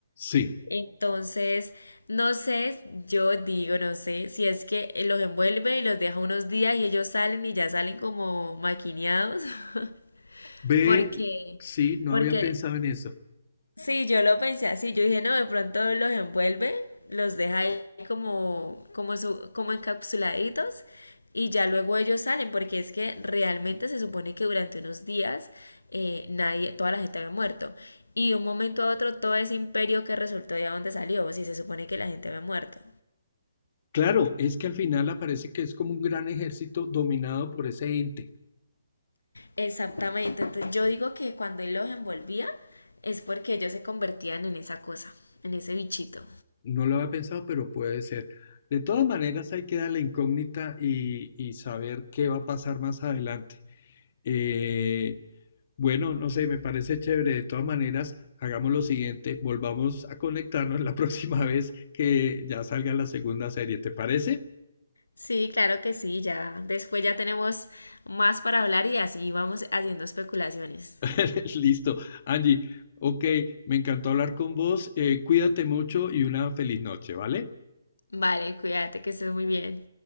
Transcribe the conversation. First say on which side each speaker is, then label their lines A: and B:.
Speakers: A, on the left (about 45°); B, on the left (about 85°).
A: Sí,
B: Entonces, no sé, yo digo, no sé, si es que él los envuelve y los deja unos días y ellos salen y ya salen como maquineados, <laughs>
A: ve,
B: porque,
A: sí, no
B: porque
A: había pensado en eso.
B: Sí, yo lo pensé así, yo dije, no, de pronto los envuelve, los deja ahí como, como, su- como encapsuladitos y ya luego ellos salen, porque es que realmente se supone que durante unos días eh, nadie, toda la gente había muerto. Y de un momento a otro todo ese imperio que resultó de donde salió, si se supone que la gente había muerto.
A: Claro, es que al final aparece que es como un gran ejército dominado por ese ente.
B: Exactamente, entonces yo digo que cuando él los envolvía es porque ellos se convertían en esa cosa, en ese bichito.
A: No lo había pensado, pero puede ser. De todas maneras, hay que dar la incógnita y, y saber qué va a pasar más adelante. Eh, bueno, no sé, me parece chévere. De todas maneras, hagamos lo siguiente, volvamos a conectarnos la <laughs> próxima vez que ya salga la segunda serie, ¿te parece?
B: Sí, claro que sí, ya. Después ya tenemos más para hablar y así vamos haciendo especulaciones.
A: <laughs> Listo. Angie, ok, me encantó hablar con vos. eh, cuídate mucho y una feliz noche, ¿vale?
B: Vale, cuídate, que estés muy bien.